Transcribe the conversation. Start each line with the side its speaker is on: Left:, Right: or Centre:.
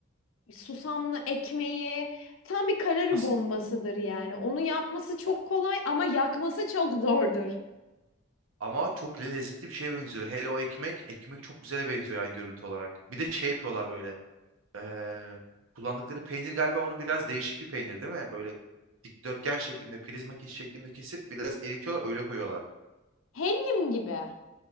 Left: susamlı ekmeği tam bir kalori
Right: As
Left: bombasıdır yani. Onu yapması çok
Right: a-
Left: kolay ama yakması çok zordur.
Right: ama çok le- lezzetli bir şeye benziyor. Hele o ekmek. Ekmek çok güzele benziyor yani görüntü olarak. Bir de şey yapıyorlar böyle. Ee, kullandıkları peynir galiba onun biraz değişik bir peynir değil mi? Böyle dikdörtgen şeklinde, prizma kes- şeklinde kesip biraz eritiyorlar öyle koyuyorlar.
Left: Hellim gibi.